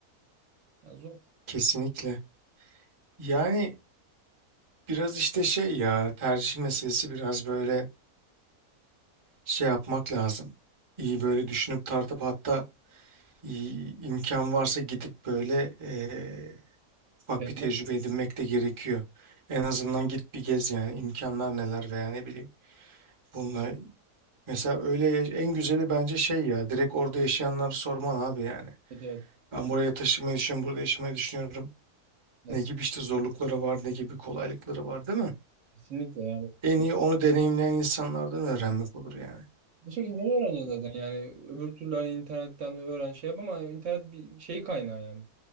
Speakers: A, on the right (about 60°); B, on the right (about 30°).
A: Yani zor.
B: Kesinlikle. Yani biraz işte şey ya tercih meselesi biraz böyle şey yapmak lazım. İyi böyle düşünüp tartıp hatta İ- imkan varsa gidip böyle e, ufak
A: Bir denemek.
B: bir tecrübe edinmek de gerekiyor. En azından git bir gez yani imkanlar neler veya ne bileyim. Bununla mesela öyle ya- en güzeli bence şey ya direkt orada yaşayanları sorman abi yani.
A: Evet, evet.
B: Ben buraya taşımayı düşünüyorum, burada yaşamayı düşünüyorum.
A: Nasıl?
B: Ne gibi işte zorlukları var, ne gibi kolaylıkları var değil mi?
A: Kesinlikle yani.
B: En
A: Böyle
B: iyi onu deneyimleyen insanlardan öğrenmek olur yani.
A: bir şekilde öğreneceksin zaten. Yani öbür türlü hani internetten öğren şey yap ama internet bir şey kaynağı yani.